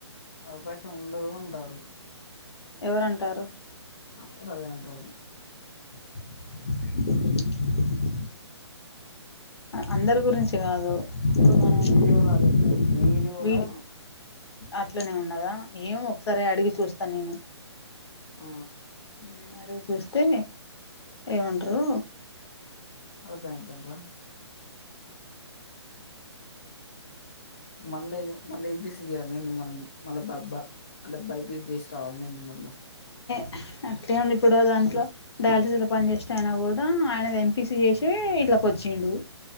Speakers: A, on the left; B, on the left.
A: అవకాశం ఉండదు అంటారు
B: ఎవరంటారు
A: అందరూ అదే అంటార్నా
B: <inaudible> అందరి గురించి తి కాదు <unintelligible>
A: వీడియోలో అదే వీడియోలా
B: ఇట్లనే ఉన్నదా ఏం ఒకసారి అడిగి చూస్తాను నేను
A: ఆ
B: ఉమ్ అడుగు చూస్తే ఏమంటరు
A: అర్థం ఐతాయంటవా మళ్ళీ ఇగ మళ్ళీ ఎం పి సి చేయ్యాలనేంది మన మళ్ళా బ బ అంటే బై పీ సి చేసి రావాల్నేంది మళ్ళీ
B: అ అట్లే ఉండి ఇప్పుడో దాంట్లో డయాలసీస్ లో పనిచేసినాయన కూడా ఆయనది ఎం పీ సీ చేసే ఇట్లకి వచ్చిండు